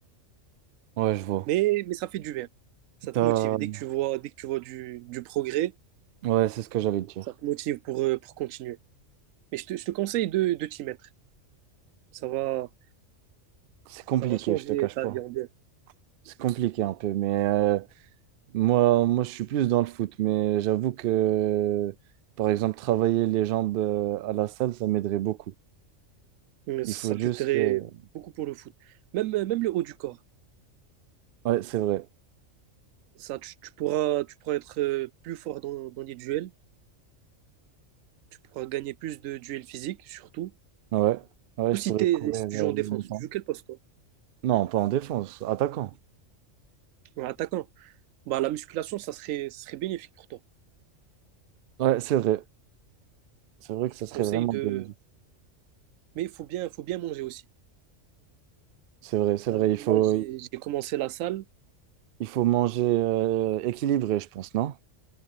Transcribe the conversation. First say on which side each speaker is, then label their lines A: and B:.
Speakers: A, on the right (about 60°); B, on the right (about 90°).
A: Ouais, je vois.
B: Mais, mais ça fait du bien. Ça
A: T'as...
B: te motive. Dès que tu vois, dès que tu vois du, du progrès,
A: Ouais, c'est ce que j'allais te dire.
B: ça te motive pour, euh, pour continuer. Mais je te, je te conseille de, de t'y mettre. Ça va,
A: C'est compliqué,
B: ça va changer
A: je te cache
B: ta
A: pas.
B: vie en bien.
A: C'est compliqué un peu, mais euh, moi, moi, je suis plus dans le foot, mais j'avoue que, par exemple, travailler les jambes euh, à la salle, ça m'aiderait beaucoup.
B: Mais
A: Il
B: Ça
A: faut juste
B: t'aiderait
A: que...
B: beaucoup pour le foot. Même, même le haut du corps.
A: Ouais, c'est vrai.
B: Ça, tu, tu pourras, tu pourras être euh, plus fort dans, dans les duels. Tu pourras gagner plus de duels physiques, surtout.
A: Ouais, ouais,
B: Ou
A: je
B: si,
A: pourrais
B: t'es-
A: courir
B: si
A: euh,
B: tu joues en défense,
A: le temps.
B: tu joues quel poste, toi?
A: Non, pas en défense, attaquant.
B: En attaquant. Bah, la musculation, ça serait, ça serait bénéfique pour toi.
A: Ouais, c'est vrai. C'est vrai
B: Je
A: que ça
B: te conseille
A: serait vraiment
B: de.
A: bien. dit.
B: Mais il faut bien, faut bien manger aussi.
A: C'est vrai, c'est
B: T'as
A: vrai.
B: vu,
A: Il
B: là,
A: faut,
B: j'ai j'ai commencé la salle.
A: Il faut manger euh, équilibré, je pense, non?